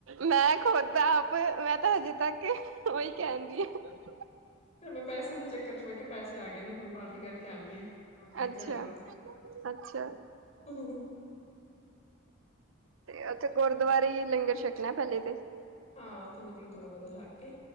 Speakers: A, on the right; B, on the left.
A: ਮੈਂ ਖੁਦ ਆ ਆਪ ਮੈਂ ਤਾਂ ਹਜੇ ਤੱਕ ਉਹੀ ਕਹਿਣ ਡਈ ਹਾਂ।
B: ਤੇ ਮੈਂ ਪੈਸਿਆਂ ਦੇ ਚੱਕਰ ਚ ਮੈਂ ਕਿਹਾ ਪੈਸੇ ਆ ਗਏ ਨੇ ਪਾਰਟੀ ਕਰਕੇ ਆਉਣੀ ਹੈ। ਆਉਂਦੀ ਨੇ
A: ਅੱਛਾ,
B: ਚੱਲੋ।
A: ਅੱਛਾ।
B: ਹਮ।
A: ਤੇ
B: ਏ
A: ਉੱਥੇ ਗੁਰਦੁਆਰੇ ਹੀ ਲੰਗਰ ਛਕਣਾ ਪਹਿਲੇ ਤੇ।
B: ਹਾਂ ਉੱਥੇ ਮਤਲਬ ਕਿ ਥੋੜਾ ਬਹੁਤਾ ਛੱਕ ਕੇ।